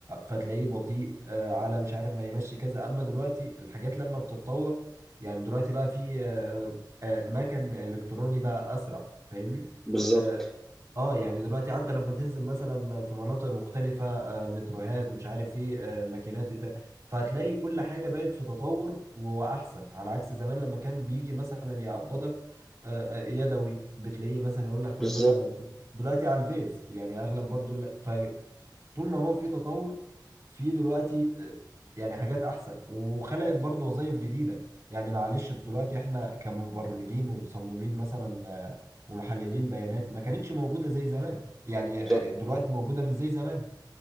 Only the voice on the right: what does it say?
فتلاقيه بطيء آه، على مش عارف ما يمشي كذا أما دلوقتي الحاجات لما بتتطور يعني دلوقتي بقى في آه، آه، مكن إلكتروني بقى أسرع فاهمني؟
آه، اه يعني دلوقتي حتى لما تنزل مثلا في مناطق مختلفة آه، متروهات مش عارف ايه آه، ماكينات ايه ده فهتلاقي كل حاجة بقت في تطور وأحسن على عكس زمان لما كان بيجي مثلا يقبضك آه، آه، يدوي بتلاقيه مثلا يقول لك خد
مثلا فلوس. دلوقتي على الفيز يعني أغلب برضو لا فطول ما هو في تطور في دلوقتي آه، يعني حاجات أحسن وخلقت برضو وظائف جديدة يعني معلش دلوقتي احنا كمبرمجين ومصممين مثلا ومحللين بيانات ما كانتش موجودة زي زمان يعني آه،
دلوقتي موجودة مش زي زمان